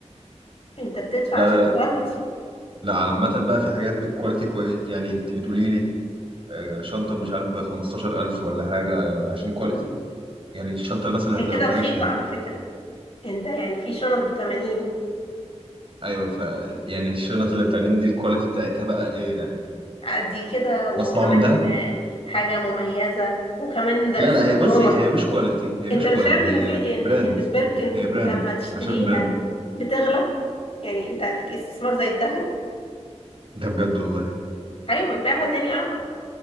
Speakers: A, on the left; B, on the right.
A: انت بتدفع
B: لا
A: عشان كواليتي
B: لا لا عامه بقى في حاجات بالكواليتي كويس يعني انت بتقولي لي آه، شنطه مش عارف ب 15000 ولا حاجه عشان كواليتي يعني الشنطه اللي مثلا
A: هي
B: هتبقى
A: كده
B: ب
A: رخيصة
B: 1000 هت-
A: على فكرة انت يعني في شنط بتمانين
B: ايوه ف يعني الشنط اللي بتعملين دي الكواليتي بتاعتها بقى ايه يعني
A: قد كده وكمان
B: مصنوعه من دهب
A: آه، حاجة مميزة وكمان ده
B: لا
A: استثمار
B: لا هي بصي هي مش كواليتي هي
A: انت
B: مش
A: مش
B: كواليتي
A: عارف ان في
B: هي
A: ان
B: براند
A: ان البركن
B: هي براند
A: لما تشتريها
B: عشان براند
A: بتغلى يعني انت استثمار زي الذهب
B: ده بجد والله
A: ايوه بتبيعها تاني اغلى